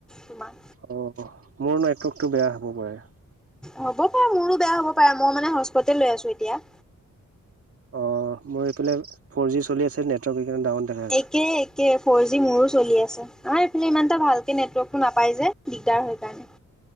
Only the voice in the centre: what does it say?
তোমাৰ
হ'ব পাৰে মোৰো বেয়া হ'ব পাৰে মই মানে হস্পতে লৈ আছো এতিয়া।
একে একে ফ'ৰ জি মোৰো চলি আছে আমাৰ এইফালে ইমানটা ভালকে নেটৱৰ্কটো নাপাই যে দিগদাৰ হয় কাৰণে